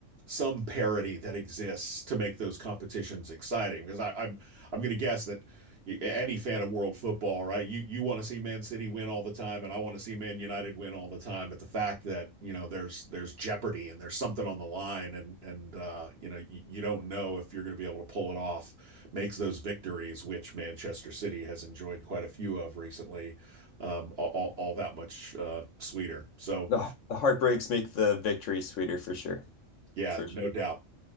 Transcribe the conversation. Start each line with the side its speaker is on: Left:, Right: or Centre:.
Right: some parity that exists to make those competitions exciting. Because I, I'm I'm gonna guess that any fan of world football, right? You you wanna see Man City win all the time, and I wanna see Man United win all the time. But the fact that, you know, there's there's jeopardy and there's something on the line and, and uh, you know, you you don't know if you're gonna be able to pull it off makes those victories, which Manchester City has enjoyed quite a few of recently, um, all all, all that much uh, sweeter. So
Left: the the heartbreaks make the victory sweeter for sure.
Right: yeah,
Left: For sure.
Right: no doubt.